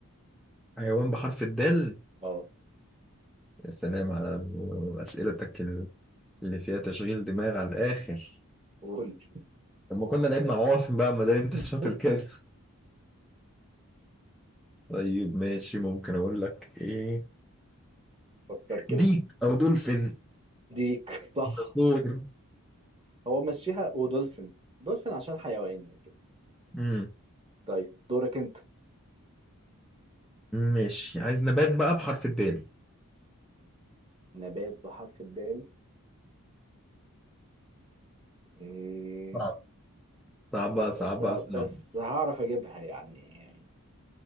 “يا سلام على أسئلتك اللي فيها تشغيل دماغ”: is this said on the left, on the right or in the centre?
Centre